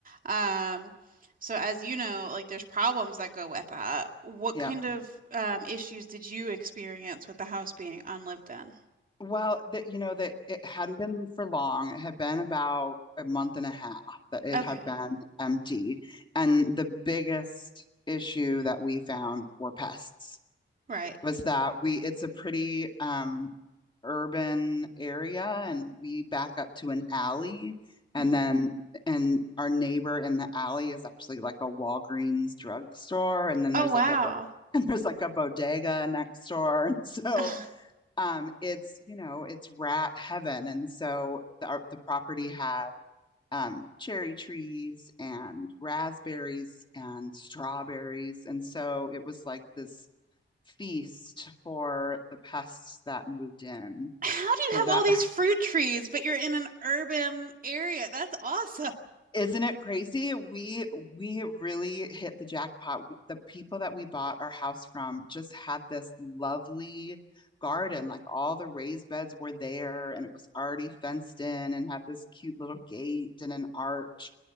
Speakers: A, on the right; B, on the left.
A: Um, so as you know, like there's problems that go with that. What
B: Yep.
A: kind of um, issues did you experience with the house being unlived in?
B: Well, that you know that it hadn't been for long. It had been about a month and a half that it
A: Okay.
B: had been empty. And the biggest issue that we found were pests.
A: Right.
B: Was that we it's a pretty um urban area and we back up to an alley and
A: Mhm.
B: then and our neighbor in the alley is actually like a Walgreens drugstore and then
A: Oh,
B: there's
A: wow.
B: like a bo- <laughs> and there's like a bodega next door. And so
A: <laughs>
B: um, it's you know it's rat heaven, and so the our, the property had um, cherry trees and raspberries and strawberries, and so it was like this feast for the pests that moved in.
A: How do you
B: So
A: have
B: that
A: all these fruit trees, but you're in an urban area? That's awesome.
B: Isn't it crazy? We we really hit the jackpot. We- The people that we bought our house from just had this lovely garden. Like all the raised beds were there and it was already fenced in and had this cute little gate and an arch.